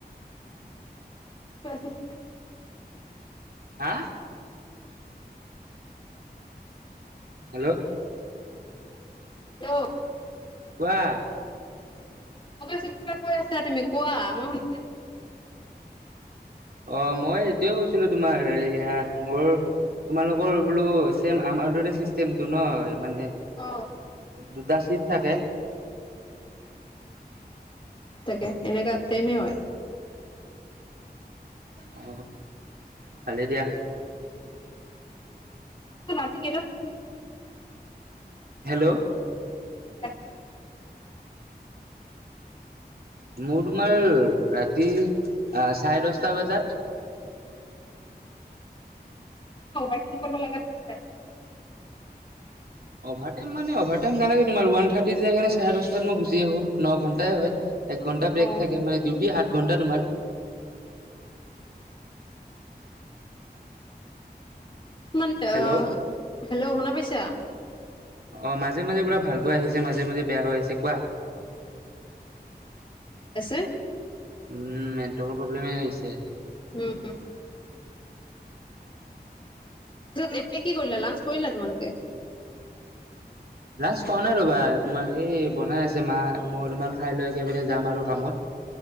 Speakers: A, on the left; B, on the right.
A: কোৱাচোন
B: হা হেল্ল'
A: হেল্লো
B: কোৱা
A: মই কৈছোঁ কিবা কৈ আছিলা তুমি কোৱা মই শুনি আছো
B: অ মই এইটোৱে কৈছিলো তোমাৰ এয়া মোৰ তোমালোকৰ বোলো চেম আমাৰ দৰে চিষ্টেমটো নহয় মানে
A: অ
B: দুটা ছিফ থাকে
A: তাকে এনেকা ছেমে হয়
B: অ ভালেই দিয়া
A: ৰাতি কেইটাত
B: হেল্ল'
A: ৰাতি কেইটাত
B: মোৰ তোমাৰ ৰাতি চাৰে দহটা বজাত
A: অভাৰ টাইম কৰিব লাগা হৈছে আৰু
B: অভাৰ টাইম মানে অভাৰ টাইম নালাগে তোমাৰ ওৱান থাৰ্টি যায় কেনে চাৰে দহটাত মই গুচি আহো ন ঘণ্টাই হয় এক ঘণ্টা
A: অ
B: ব্ৰেক থাকে মান ডিউটি আঠ ঘণ্টা তোমাৰ
A: মানে
B: হেল্ল'
A: অ হেল্ল' শুনা পাইছা
B: অ মাজে মাজে পুৰা ভালকৈ আহিছে মাজে মাজে বেয়া হৈ আহিছে কোৱা
A: আছে
B: উম নেটৱৰ্কৰ প্ৰব্লেম হৈছে
A: উম পিছত এতিয়া কি কৰিলা লাঞ্চ কৰিলা তোমালোকে
B: লাঞ্চ কৰাৱা নাই ৰ'বা তোমাৰ এই বনাই আছে মা মই তোমাৰ খাই লৈ একেবাৰে যাম আৰু কামত।